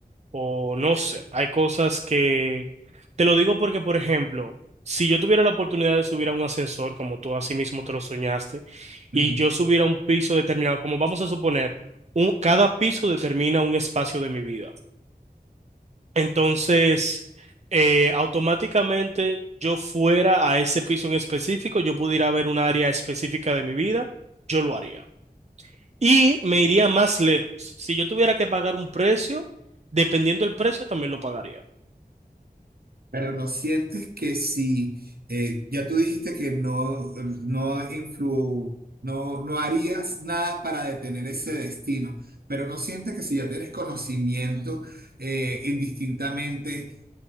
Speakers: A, on the right; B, on the right.
A: o no sé, hay cosas que... Te lo digo porque, por ejemplo, si yo tuviera la oportunidad de subir a un ascensor, como tú así mismo te lo soñaste, y
B: ujú.
A: yo subiera a un piso determinado, como vamos a suponer, un, cada piso determina un espacio de mi vida. Entonces, eh, automáticamente yo fuera a ese piso en específico, yo pudiera ver un área específica de mi vida, yo lo haría. Y me iría más lejos. Si yo tuviera que pagar un precio, dependiendo del precio, también lo pagaría.
B: Pero no sientes que si, eh, ya tú dijiste que no, no influ, no, no harías nada para detener ese destino, pero no sientes que si ya tienes conocimiento, eh, indistintamente